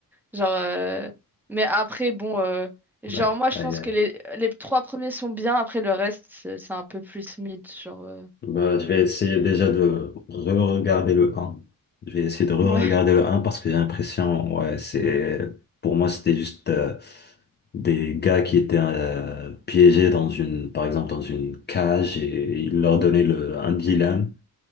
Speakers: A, in the centre; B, on the left.
A: genre. euh, Mais après, bon. euh, Genre,
B: D'accord.
A: moi, je
B: Aïe,
A: pense
B: aïe.
A: que les, les trois premiers sont bien. Après, le reste, c'est c'est un peu plus mid. Genre. euh,
B: Bah, je vais essayer déjà de re-regarder le un. Je vais essayer de re-regarder
A: Ouais.
B: le un parce que j'ai l'impression, ouais, c'est, pour moi, c'était juste euh, des gars qui étaient euh, piégés dans une, par exemple, dans une cage et ils leur donnaient le, un dilemme.